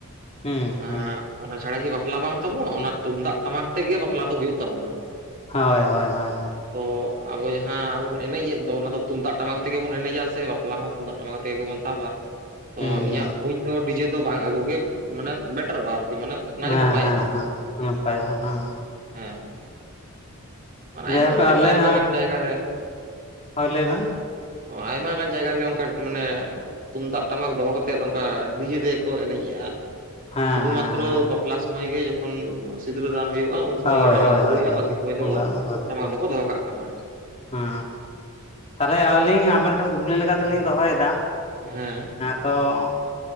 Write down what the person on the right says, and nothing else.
ᱮᱸ
ᱚᱱᱟ ᱪᱷᱟᱲᱟ ᱠᱤ ᱵᱟᱯᱞᱟ ᱵᱟᱝ ᱛᱟᱵᱚᱜᱼᱟ ᱚᱱᱟ ᱛᱩᱢᱫᱟᱜ ᱴᱟᱢᱟ ᱟᱛᱮᱜ ᱜᱮ ᱵᱟᱯᱞᱟ ᱫᱚ ᱦᱳᱭᱳᱜ ᱛᱟᱵᱚᱱᱟ᱾
ᱛᱚ ᱟᱵᱚ ᱡᱟᱦᱟᱸ ᱵᱚᱱ ᱮᱱᱮᱡᱮᱫ ᱫᱚ ᱚᱱᱟ ᱫᱚ ᱛᱩᱢᱫᱟᱜ ᱴᱟᱢᱟᱠ ᱛᱮᱜᱮ ᱵᱚᱱ ᱮᱱᱮᱡᱟ ᱥᱮ ᱵᱟᱯᱞᱟ ᱦᱚᱸ ᱛᱩᱫᱟᱜ ᱴᱟᱢᱟ ᱴᱟᱢᱟᱠ ᱟᱛᱮᱜᱮ ᱜᱮᱵᱚᱱ ᱛᱟᱵᱟ ᱛᱚ
ᱤᱧᱟᱹᱜ ᱵᱩᱡᱽ ᱫᱚ ᱰᱤᱡᱮ ᱫᱚ ᱵᱟᱝ ᱟᱹᱜᱩ ᱜᱮ ᱢᱟᱱᱮ ᱵᱮᱴᱟᱨᱚᱜᱼᱟ ᱟᱨᱠᱤ ᱢᱟᱱᱮ ᱚᱱᱟᱜᱮ
ᱱᱟᱯᱟᱭᱚᱜᱼᱟ
ᱦᱮᱸ ᱢᱟᱱᱮ ᱟᱭᱢᱟ
ᱟᱭᱢᱟ
ᱟᱭᱢᱟ
ᱜᱟᱱ ᱡᱟᱭᱜᱟ ᱨᱮ,
ᱚ ᱟᱭᱢᱟ ᱜᱟᱱ ᱡᱟᱭᱜᱟ ᱨᱮᱜᱮ ᱚᱱᱠᱟ ᱢᱟᱱᱮ ᱛᱩᱢᱫᱟᱜ ᱴᱟᱢᱟᱠ ᱫᱚᱦᱚᱠᱟᱛᱮᱫ ᱚᱱᱠᱟ ᱰᱤᱡᱮ ᱛᱮᱜᱮᱠᱚ ᱮᱱᱮᱡ ᱮᱜᱼᱟ᱾
ᱥᱩᱫᱷᱩ
ᱢᱟᱛᱨᱚ
ᱵᱟᱯᱞᱟ ᱥᱚᱢᱚᱭ ᱜᱮ ᱡᱚᱠᱷᱚᱱ ᱥᱤᱫᱽᱨᱟᱹ ᱫᱟᱱ ᱦᱩᱭᱩᱜᱼᱟ ᱩᱱ ᱥᱩᱢᱚᱭ
ᱜᱮ ᱴᱟᱢᱟᱠ
ᱨᱩᱭ
ᱨᱩᱭᱮᱫᱟ
ᱵᱟᱠᱤ ᱥᱩᱢᱚᱭ ᱫᱚ
ᱴᱟᱢᱟᱠ
ᱫᱚᱠᱚ ᱫᱚᱦᱚ ᱠᱟᱜ ᱠᱟᱱᱟ᱾
ᱦᱮᱸ